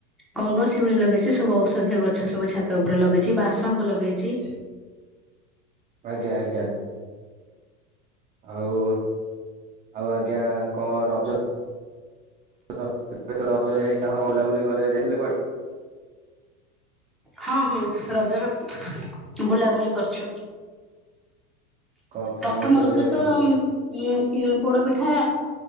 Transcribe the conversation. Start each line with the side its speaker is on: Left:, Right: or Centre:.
Centre: ଗଙ୍ଗଶିଉଳି ଲଗେଇଛି ସବୁ ଔଷଧୀୟ ଗଛ ସବୁ ଛାତ ଉପରେ ଲଗେଇଛି ବାସଙ୍ଗ ଲଗେଇଛି।
Right: ଆଜ୍ଞା ଆଜ୍ଞା। ଆଉ ଆଉ ଆଜ୍ଞା କଣ ରଜ <unintelligible> ଏବେ ତ ରଜ ଯାଇ <unintelligible> ବୁଲାବୁଲି କରିବାକୁ ଯାଇଥିଲେ କୁଆଡେ?
Centre: ହଁ ହଁ ରଜର ବୁଲାବୁଲି କରିଛୁ।
Right: କଣ ଫ୍ୟାମିଲି
Centre: ପ୍ରଥମ
Right: ସହିତ
Centre: ରଜ
Right: ଯାଇଥିଲେ?
Centre: ତ ଉଁ ଉଁ ପୋଡ ପିଠା।